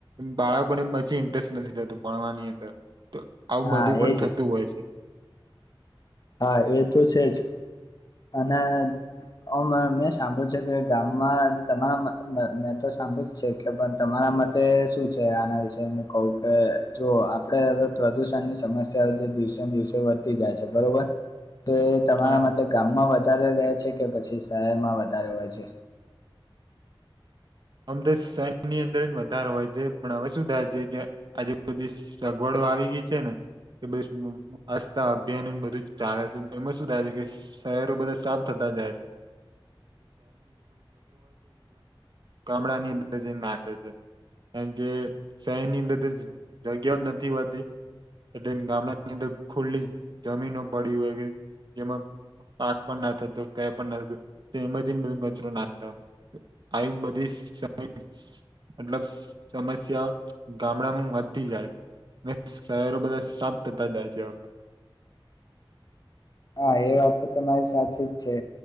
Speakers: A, on the right; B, on the left.
A: બાળકો ને પછી ઇન્ટરેસ્ટ નથી થતો ભણવાની અંદર તો આવું
B: હા
A: બધું પણ
B: એજ
A: થતું હોય છે.
B: હા એ તો છે જ. અને ઓમ મેં સાંભળ્યું છે કે ગામમાં તમારા મ મ મેતો સાંભળ્યું જ છે કે તમારા મતે શું છે આના વિશે હું કહું કે જો આપડે હવે પ્રદૂષણની સમસ્યાઓ જે દિવસે ને દિવસે વધતી જાય છે બરોબર. તો એ તમારા
A: હા
B: મતે ગામમાં વધ વધારે રે છે કે પછી શહેરમાં વધારે હોય છે.
A: ઓમ તો શહેરની અંદર જ વધારે હોય છે પણ હવે શું થાય છે કે આજે બધી સગવડો તો આવી ગી છે ને. <unintelligible> સ્વરછતા અભિયાન નું બધું જ ચાલે છે એમાં શું થાય છે કે શહેરો બધા સાફ થતા <unintelligible> ગામડા ની અંદર જઈને નાખે છે. કારણ કે શહેરની અંદર દ જ-જ-જગ્યા ઓજ નથી હોતી. એટલે ગામડા ની અંદર ખુલ્લી જ જમીનો પડી હોય, કે જેમાં પાક પણ ના થતો કય પણ ના થતું એમાં જને બ કચરો નાખતા. આઈ બધ <unintelligible> મતલબ સમસ્યા ગામડામાં વધી જાય છે. ને શહેરો બધા સાફ થતા જાય છે હવ
B: હા એ વાત તો તમારી સાચી જ છે.